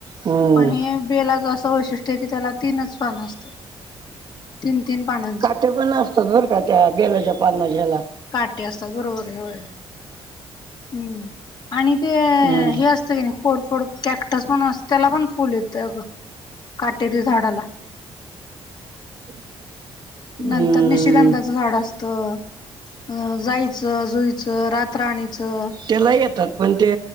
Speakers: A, on the right (about 45°); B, on the left (about 45°).
A: हम्म
B: पण हे बेलाच असं वैशिष्ट्य की त्याला तीनच पानं असतात. तीन तीन पानं.
A: काटे पण असतात बरं का त्या बेलाच्या पाना ज्याला.
B: काटे असतात बरोबर आहे हम्म आणि ते
A: हम्म
B: हे अस नाही कोरफोड कॅक्टस पण असते त्याला पण फुल येतं अगं काटेरी झाडाला.
A: <inaudible>
B: नंतर
A: हम्म
B: निशिगंधाचं झाड असत अ जाईचं जुईचं रात राणीचं
A: त्याला येतात पण ते